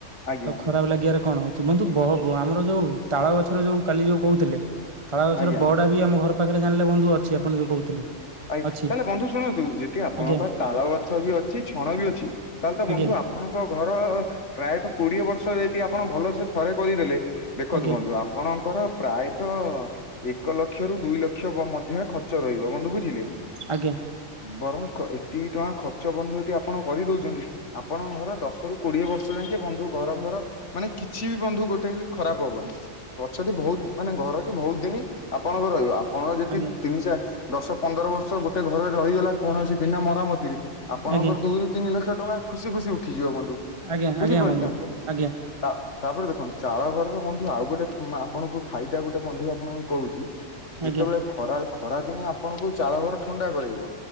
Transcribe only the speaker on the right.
ତ ଖରାପ ଲାଗିବାରେ କଣ ଅଛି। ବନ୍ଧୁ ବବ ଆମର ଯୋଉ ତାଳ ଗଛର ଯୋଉ କାଲି ଯୋଉ କହୁଥିଲେ ତାଳ ଗଛରେ
ବଡା ବି ଆମ ଘର ପାଖରେ ଜାଣିଲେ ବନ୍ଧୁ ଅଛି ଆପଣ ଯୋଉ କହୁଥିଲେ।
ଅଛି
ଆଜ୍ଞା
ଆଜ୍ଞା
ଆଜ୍ଞା
ଆଜ୍ଞା।
ଆଜ୍ଞା
ଆଜ୍ଞା ଆଜ୍ଞା
ଆଜ୍ଞା
ଆଜ୍ଞା
ବନ୍ଧୁ ଆଜ୍ଞା
ଆଜ୍ଞା